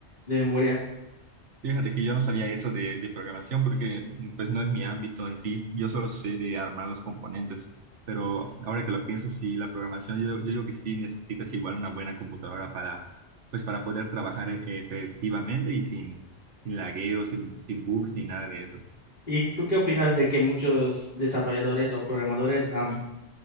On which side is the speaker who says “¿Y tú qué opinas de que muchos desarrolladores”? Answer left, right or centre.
Left